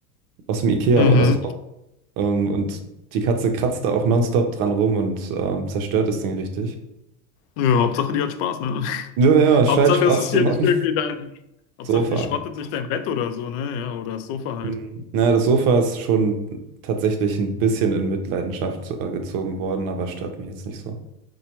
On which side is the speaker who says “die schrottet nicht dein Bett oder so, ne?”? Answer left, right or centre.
Left